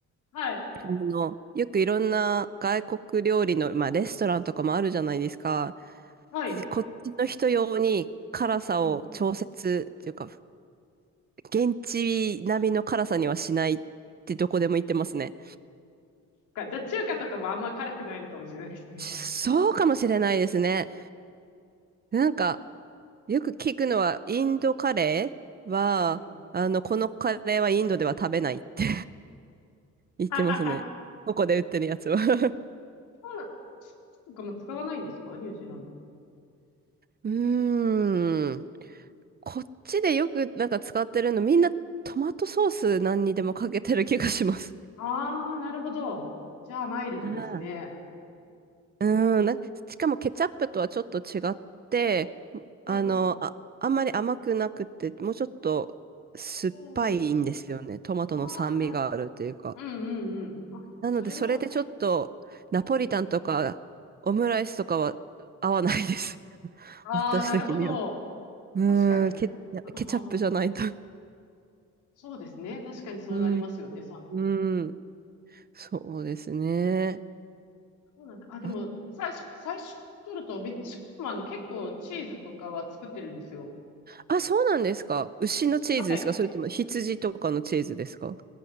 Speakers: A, on the left; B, on the right.
A: はい。
B: あの、よくいろんな外国料理の、まあレストランとかもあるじゃないですか。
A: はい。
B: こっちの人用に辛さを調節っていうか、
A: うん。
B: 現地並みの辛さにはしないってどこでも言ってますね。
A: か、じゃあ中華とかもあんま辛くないのかもしれないですね。
B: そうかもしれないですね。なんか、よく聞くのは、インドカレーは、
A: うんうん。
B: あの、このカレーはインドでは食べないって。言ってますね。
A: ははは。
B: ここで売ってるやつは <laughs>
A: そうなの。とかも使わないんですかニュージーランド。
B: うーん。こっちでよくなんか使ってるの、みんなトマトソース何にでもかけてる気がします。
A: ああ、なるほど。じゃあ、マイルドですね。
B: ああ、うーん。なんかしかもケチャップとはちょっと違って、
A: うんうん。
B: あの、あ、あんまり甘くなくて、もうちょっと酸っぱいんですよね。
A: そう。
B: トマトの酸味があるというか。
A: ああ、なる。うんうんうん。あ、でもそれもいいです。
B: なので、それでちょっとナポリタンとかオムライスとかは合わないです。
A: うん。
B: <laughs>
A: ああ、
B: 私的には。
A: なるほど。
B: うーん、
A: 確かに。
B: ケ、いやケチャップじゃないと。
A: あはは。そうですね。確かにそうなりますよね、
B: うん、
A: 酸味。
B: うん。そうですね。
A: そうなんだ。あ、でも、
B: あ、
A: 最初、最初取ると、メキシコもあの、結構チーズとかは作ってるんですよ。
B: あ、そうなんですか。牛のチーズですかそれとも羊とかのチーズですか
A: はい。